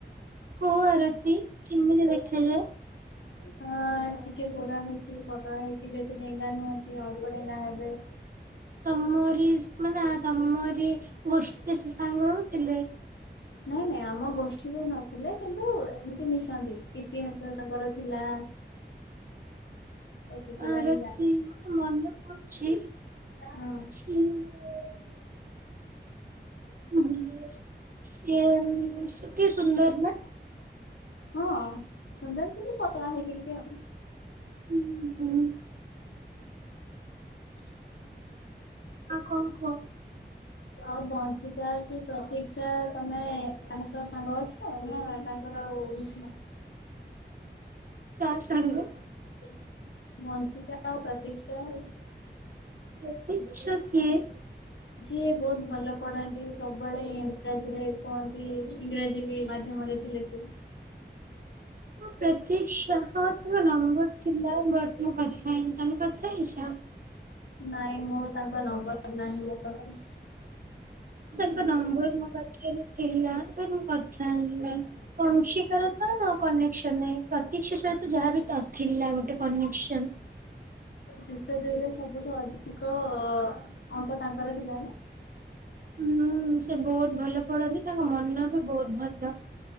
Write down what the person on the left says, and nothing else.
ହଁ ଟିକେ ଗୋରା ହେଇକି ପତଳା ହେଇକି ବେଶୀ ଡେଙ୍ଗା ନାହାନ୍ତି। କି ଅଳ୍ପ ଡେଙ୍ଗା ହେବେ।
ନାଇଁ ନାଇଁ ଆମ ଗୋଷ୍ଠୀରୁ ନଥିଲେ କିନ୍ତୁ ଏମିତି ମିଶନ୍ତି ଇତିହାସ ତାଙ୍କର ଥିଲା। ତ ସେଥିପାଇଁ
ମୁଁ ଜାଣି
ହୁଁ
ହଁ ସୁନ୍ଦର ତ ପତଳା ହେଇକି ଟିକେ।
ଆଉ ବଂଶିକା କି ପ୍ରତିୀକ୍ଷା ତମେ ତାଙ୍କ ସହ ସାଙ୍ଗ ଅଛ ର ଆଉ ମିଶିନ।
<unintelligible>
ଯିଏ ବହୁତ ଭଲ ପଢ଼ାନ୍ତି ସବୁବେଳେ ଇଂରାଜୀରେ କୁହନ୍ତି ଇଂରାଜୀ ମାଧ୍ୟମରେ ଥିଲେ ସେ
ନାଇଁ ମୋ ତାଙ୍କ ନମ୍ବର ନାହିଁ ମୋ ପାଖରେ।
ଯୁକ୍ତ ଦୁଇରେ ସବୁଠୁ ଅଧିକ ଅଙ୍କ ତାଙ୍କର ଥିଲା ନା?